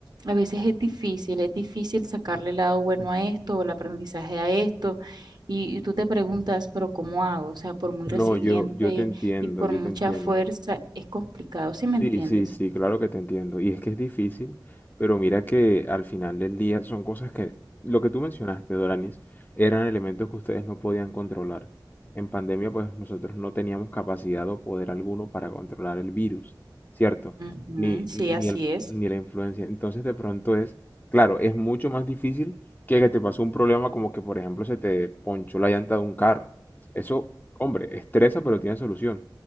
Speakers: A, on the right; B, on the left.
A: a veces es difícil, es difícil sacarle el lado bueno a esto o el aprendizaje a esto. Y, y tú te preguntas, pero ¿cómo hago? O sea, por muy resiliente
B: No, yo, yo te entiendo,
A: y por
B: yo
A: mucha
B: te entiendo.
A: fuerza, es complicado, ¿sí me
B: Sí,
A: entiendes?
B: sí, sí, claro que te entiendo. Y es que es difícil, pero mira que al final del día son cosas que, lo que tú mencionaste, Doranis, eran elementos que ustedes no podían controlar. En pandemia, pues nosotros no teníamos capacidad o poder alguno para controlar el virus, ¿cierto?
A: Ujú,
B: Ni,
A: sí,
B: ni
A: así
B: el,
A: es.
B: ni la influencia. Entonces, de pronto es, claro, es mucho más difícil que que te pasó un problema como que, por ejemplo, se te ponchó la llanta de un carro. Eso, hombre, estresa, pero tiene solución.